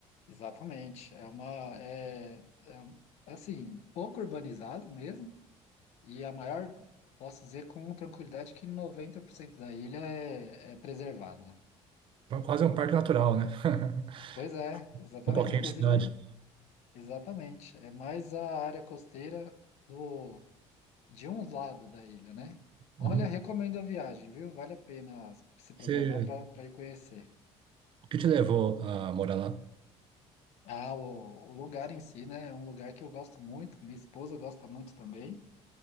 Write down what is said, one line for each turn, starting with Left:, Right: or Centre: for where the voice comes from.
Left: Exatamente. É uma é, é, um- é assim, pouco urbanizado mesmo, e a maior, posso dizer com tranquilidade que 90% da ilha é, é preservada.
Right: Então, Quase um parque natural, né? <laughs>
Left: Pois é, exatamente.
Right: Um pouquinho
Left: Inclusive,
Right: de cidade.
Left: exatamente. É mais a área costeira do de um lado da ilha, né? Olha,
Right: Uhum.
Left: recomendo a viagem, viu? Vale a pena se programar
Right: Você,
Left: para ir conhecer.
Right: o que te levou a morar lá?
Left: Ah, o, o lugar em si, né? É um lugar que eu gosto muito, minha esposa gosta muito também.